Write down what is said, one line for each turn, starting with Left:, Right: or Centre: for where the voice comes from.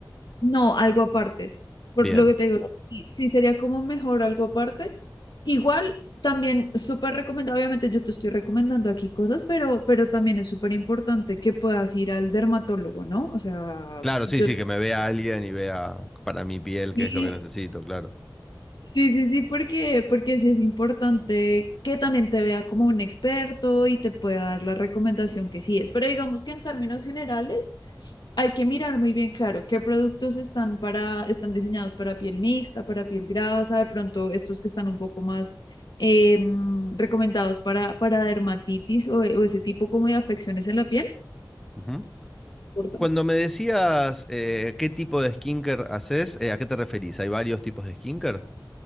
Left: No, algo aparte. Por
Centre: Bien.
Left: lo que te digo, sí, sí sería como mejor algo aparte. Igual, también súper recomendado, obviamente yo te estoy recomendando aquí cosas, pero, pero también es súper importante que puedas ir al dermatólogo, ¿no? O sea,
Centre: Claro,
Left: yo...
Centre: sí, sí, que me vea alguien y vea para mi piel qué
Left: te-
Centre: es lo que necesito, claro.
Left: Sí, sí, sí, porque, porque sí es importante que también te vea como un experto y te pueda dar la recomendación que sí es. Pero digamos que en términos generales hay que mirar muy bien, claro, qué productos están para, están diseñados para piel mixta, para piel grasa, de pronto estos que están un poco más eh, recomendados para, para dermatitis o, o ese tipo como de afecciones en la piel.
Centre: Ujú.
Left: Importante.
Centre: Cuando me decías eh, qué tipo de skinker haces, eh, ¿a qué te referís? ¿Hay varios tipos de skinker?